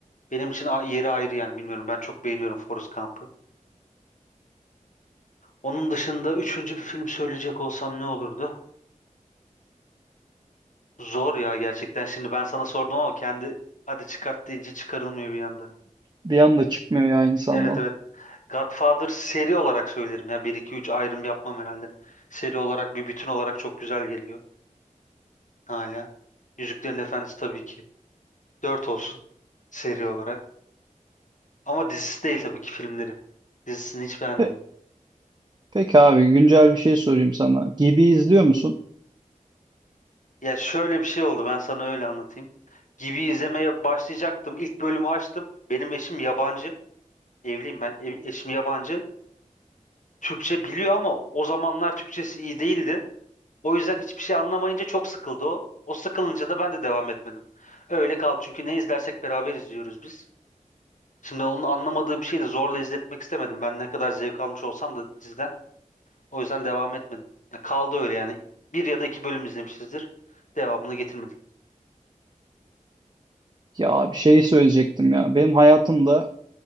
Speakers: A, on the left (about 65°); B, on the right (about 35°).
A: benim için a- yeri ayrı yani bilmiyorum ben çok beğeniyorum Forrest Gump'ı. Onun dışında üçüncü bir film söyleyecek olsam ne olurdu? Zor ya gerçekten. Şimdi ben sana sordum ama kendi hadi çıkart deyince çıkarılmıyor bir anda.
B: Bir anda çıkmıyor ya insandan.
A: Evet evet. Godfather seri olarak söylerim ya. bir iki 3 ayrım yapmam herhalde. Seri olarak bir bütün olarak çok güzel geliyor hala. Yüzüklerin Efendisi tabii ki. dört olsun seri olarak. Ama dizisi değil tabii ki filmleri. Dizisini hiç beğenmedim.
B: Pe peki abi güncel bir şey sorayım sana. Gibi izliyor musun?
A: Ya şöyle bir şey oldu ben sana öyle anlatayım. Gibi izlemeye başlayacaktım. İlk bölümü açtım. Benim eşim yabancı. Evliyim ben. E- Eşim yabancı. Türkçe biliyor ama o zamanlar Türkçesi iyi değildi. O yüzden hiçbir şey anlamayınca çok sıkıldı o. O sıkılınca da ben de devam etmedim. Öyle kaldı çünkü ne izlersek beraber izliyoruz biz. Şimdi onun anlamadığı bir şeyi de zorla izletmek istemedim. Ben ne kadar zevk almış olsam da diziden. O yüzden devam etmedim. Ya kaldı öyle yani. Bir ya da iki bölüm izlemişizdir. Devamını getirmedik
B: Ya bir şey söyleyecektim ya. Benim hayatımda